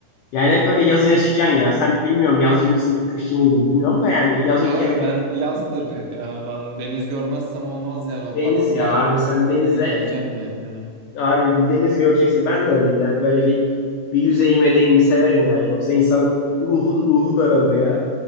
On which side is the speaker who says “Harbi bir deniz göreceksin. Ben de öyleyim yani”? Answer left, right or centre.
Left